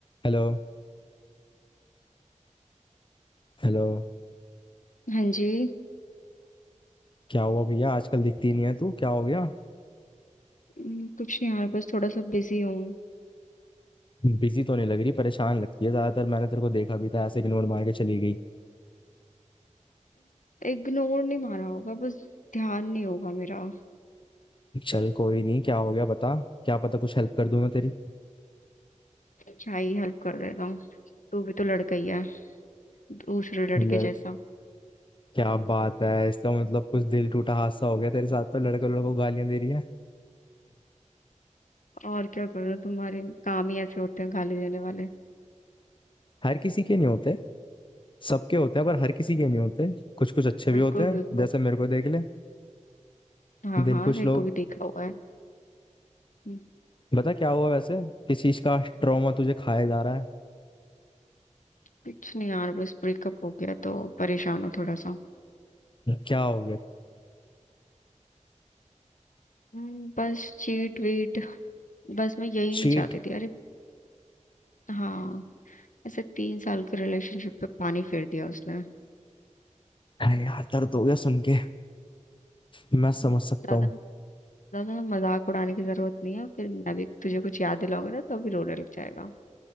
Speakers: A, on the left (about 40°); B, on the left (about 80°).
A: हेलो हेलो
B: हाँ जी
A: क्या हुआ भैया आजकल दिखती नहीं है तू क्या हो गया
B: हम्म, कुछ नहीं यार बस थोड़ा सा बिजी हूँ
A: बिजी तो नहीं लग रही परेशान लगती है ज्यादातर मैंने तेरे को देखा भी था ऐसे इग्नोर मार के चली गई
B: इग्नोर नहीं मारा होगा बस ध्यान नहीं होगा मेरा
A: चल कोई नहीं क्या हो गया बता क्या पता कुछ हेल्प कर दूं मैं तेरी
B: क्या ही हेल्प कर देगा तू भी तो लड़का ही है दूसरे लड़के
A: लड़
B: जैसा
A: क्या बात है इसका मतलब कुछ दिल टूटा हादसा हो गया तेरे साथ तो लड़का लड़कों को गालियां दे रही है
B: और क्या करूँ तुम्हारे काम ही ऐसे होते हैं गाली देने वाले
A: हर किसी के नहीं होते सबके होते हैं पर हर किसी के नहीं होते कुछ कुछ अच्छे
B: बिल्कुल
A: भी होते हैं
B: बिल्कुल
A: जैसे मेरे को देख ले
B: हाँ
A: दिल
B: हाँ
A: कुछ
B: मेरे
A: लोग
B: को भी देखा हुआ है हम्म,
A: बता क्या हुआ वैसे किस चीज का ट्रॉमा तुझे खाया जा रहा है
B: कुछ नहीं यार बस ब्रेकअप हो गया तो परेशान हूँ थोड़ा सा
A: क्या हो गया
B: हम्म, बस चीट वीट बस मैं यही
A: चीट
B: नहीं चाहती थी अरे हाँ ऐसे तीन साल के रिलेशनशिप पे पानी फेर दिया उसने
A: अरे यार दर्द हो गया सुन के मैं समझ
B: ज्यादा
A: सकता हूँ
B: ज्यादा मजाक उड़ाने की जरूरत नहीं है फिर मैं भी तुझे कुछ याद दिलाऊंगी ना तो भी रोने लग जाएगा